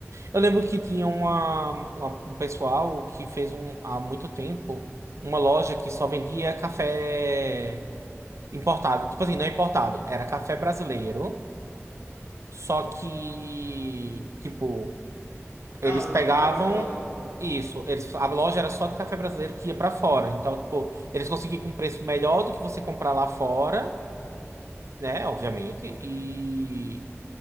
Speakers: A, on the right; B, on the left.
A: Eu lembro que tinha uma, uma- um pessoal que fez um, há muito tempo uma loja que só vendia café importado. Tipo assim, não é importado, era café brasileiro. Só que, tipo,
B: Ah,
A: eles
B: o,
A: pegavam
B: de- o que vai pra fora, né?
A: isso. Eles, a loja era só do café brasileiro que ia pra fora. Então, tipo, eles conseguiam com um preço melhor do que você comprar lá fora,
B: Uhum.
A: né? Obviamente. E,